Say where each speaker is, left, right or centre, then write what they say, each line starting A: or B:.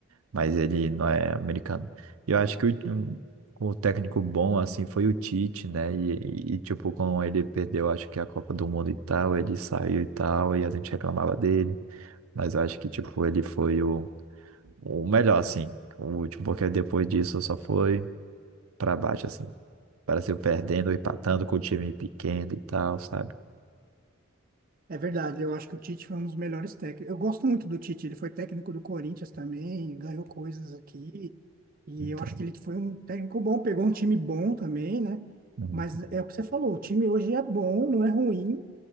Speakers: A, on the right (about 75°); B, on the right (about 40°).
A: mas ele não é americano. E eu acho que o, um- o técnico bom, assim, foi o Tite, né? E, e, e, tipo, quando ele perdeu, acho que a Copa do Mundo e tal, ele saiu e tal, e a gente reclamava dele, mas eu acho que, tipo, ele foi o, o melhor, assim. O último, porque depois disso só foi para baixo, assim. O Brasil perdendo, empatando
B: É Verdade.
A: com o time pequeno e tal, sabe?
B: É verdade, eu acho que o Tite foi um dos melhores técnicos. Eu gosto muito do Tite, ele foi técnico do Corinthians também, ganhou coisas aqui. E
A: Então,
B: eu acho que ele foi um técnico bom, pegou um time bom também, né?
A: uhum,
B: Mas é o que você falou, o time hoje é bom, não é ruim,